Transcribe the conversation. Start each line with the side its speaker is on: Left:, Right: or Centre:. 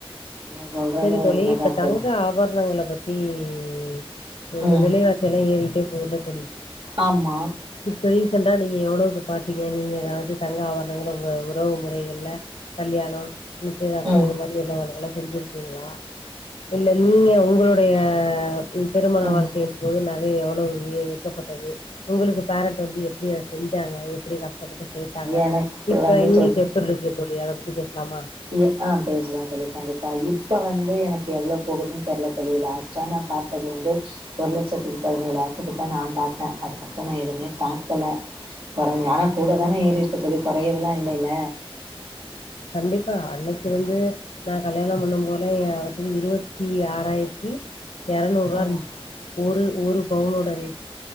Right: நீங்க சொல்றது
Left: சரி தோழி
Right: உண்ம
Left: இப்ப
Right: தா தோழி
Left: தங்க ஆபரணங்கள பத் தி இப்ப
Right: ம்
Left: வி விலைவாசியெல்லா ஏறிகிட்டே போதுல தோழி
Right: ஆமா
Left: இப்ப ரீசென்டா நீங்க எவ்ளோக்கு பாத்தீங்க நீங்க அதாவ்து தங்க ஆவரணங்கள உங்க உறவு முறை கள்ல கல்யாண நிச்சயதார்த்த
Right: ம்
Left: இது மா ரியெல்லா நல்ல நல்லா செஞ்சிருக்கீங்ளா இல்ல நீங்க உங்களுடைய ம் திருமண
Right: ம்
Left: வாழ்க்கைய போது நகை எவளவு வி விற்கப்பட்டது உங்களுக்கு பேரண்ட் வந்து எப்டி அத செஞ்சாங்க எப்டி கஷ் டப்பட்டு சே்த்தாங்க
Right: எனக்கு
Left: இப்ப
Right: வந்து
Left: இன்னைக்கு எப்புட்ற் இருக்கு தோழி அத பத்தி பேசலாமா
Right: இ ஆம் பேசலாம் தோழி கண்டிப்பா இப்ப வந்து எனக்கு எவ்ளோ போகுதுன் தெர்ல தோழி லாஸ்ட்டா நா பாத் தது வந்து ஒரு லட்சத்தி பதினேழாயிரத்துக்கிட்ட நா பாத்தே அதுக்கப்ற நா எதுமே பாக்கல கொறஞ்சா ஆனா கூட தானே ஏறிருக்கு தோழி கொறையவுலா இல்லைல
Left: கண்டிப்பா அன்னைக்கு வந்து நா கல்யாண பண்ணும் போதுல ஏ ஒரு பவ்ன் இருவத்தி ஆறாயிரத்தி எரநூறுவா
Right: ம்
Left: இருந்துச்சு ஒரு ஒரு பவுனோட ரேட்டு